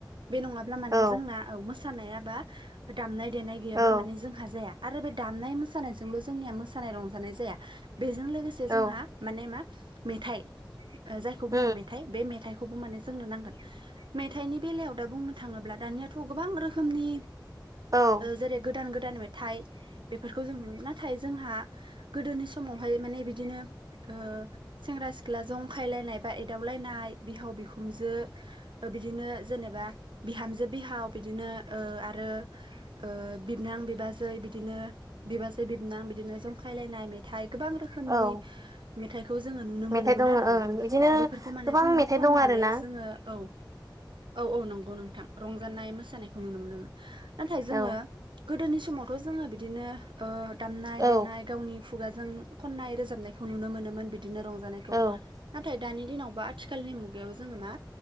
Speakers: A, on the right; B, on the right.
A: बे नंङाब्ला माने
B: औ
A: जोंना औ मोसानाय बा दामनाय देनाय गैयाब्ला
B: औ
A: माने जोंहा जाया। आरो बे दामनाय मोसानायजोंल' जोंनिया मोसानाय रंजानाय जाया बेजों लोगोसे
B: औ नंगौ
A: जोंहा माने मा मेथाइ जायखौ बुंङो
B: औ
A: मेथाइ बे मेथाइखौबो माने जोंनो नांगोन मेथाइनि बेलायाव दा बुंनो थांङोब्ला दानियाथ' गोबां रोखोमनि
B: औ
A: जेरै गोदान गोदान मेथाइ बेफोरखौ जों नु नाथाय जोंहा गोदोनि समावहाय माने बिदिनो ओ सेंग्रा सिख्ला जंखायलायनाय बा एदावलायनाय बिहाव बिखुनजो ओ बिदिनो जेनेबा बिहामजो बिहाव बिदिनो ओ आरो ओ बिबोनां बिबाजै बिदिनो बिबाजै बिबोनां बिदिनो जंखायलायनाय मेथाइ गोबां रोखोमनि
B: औ
A: मेथाइ खौ जोङो नुनो
B: मेथाइ
A: मोनोन
B: दङ
A: आरोना
B: ओं बिदिनो
A: बेफोरखौ माने
B: गोबां
A: जोङो
B: मेथाइ
A: खनानै
B: दं आरोना
A: जोङो औ औ औ नंगौ नोंथां रंजानाय मोसानायखौ नुनो मोनोमोन नाथाय जोङो
B: औ
A: गोदोनि समावथ' जोङो बिदिनो ओ दामनाय
B: औ
A: देनाय गावनि खुगाजों खननाय रोजाबनायखौ नुनो मोनोमोन बिदिनो रं जानायखौ
B: औ
A: नाथाय दानि दिनाव बा आथिलनि मुगायाव जोङो मा